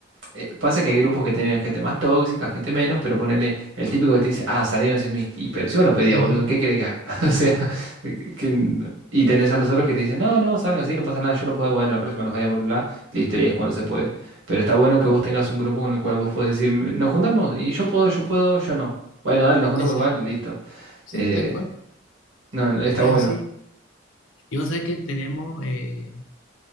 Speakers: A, on the right (about 80°); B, on the left (about 85°).
A: eh, pasa que hay grupos que tienen gente más tóxica, gente menos, pero ponerle el típico que te dice, ah, salieron sin mí. Y pero si vos no pedías,
B: mm,
A: boludo, ¿qué querés que haga? <laughs>
B: mm,
A: O sea, que- que- y tenés a los otros que te dicen, no, no, salgan así, no pasa nada, yo no puedo, bueno, la próxima nos vemos, bla, bla. listo, y es cuando se puede. Pero está bueno que vos tengas un grupo con el cual vos podés decir, nos juntamos, y yo puedo, yo puedo, yo no. Bueno, dale, nos juntamos
B: ese,
A: igual, listo.
B: sí,
A: Eh,
B: tal cual,
A: no, está
B: es
A: bueno.
B: así. Y vos sabés que tenemos, eh,